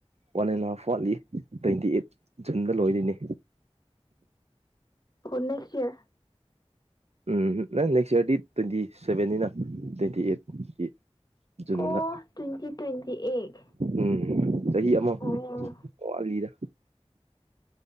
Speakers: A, on the right (about 75°); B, on the left (about 40°).
A: ꯋꯥꯟ ꯑꯦꯟ ꯍꯥꯐ ꯋꯥꯠꯂꯤ ꯇ꯭ꯋꯦꯟꯇꯤ ꯑꯩꯠ ꯖꯨꯟꯗ ꯂꯣꯏꯔꯤꯅꯤ
B: ꯍꯨ ꯅꯦꯛꯁ ꯏꯌꯥꯔ
A: ꯎꯝ ꯅꯪ ꯅꯦꯛꯁ ꯏꯔꯗꯤ ꯇ꯭ꯋꯦꯟꯇꯤ ꯁꯕꯦꯟꯅꯤꯅ ꯇ꯭ꯋꯦꯟꯇꯤ ꯑꯩꯠꯀꯤ ꯖꯨꯟꯗꯥ
B: ꯑꯣ ꯇ꯭ꯋꯦꯟꯇꯤ ꯇ꯭ꯋꯦꯟꯇꯤ ꯑꯩꯠ
A: ꯎꯝ ꯆꯍꯤ ꯑꯃꯥ
B: ꯑꯣ
A: ꯋꯥꯠꯂꯤꯗ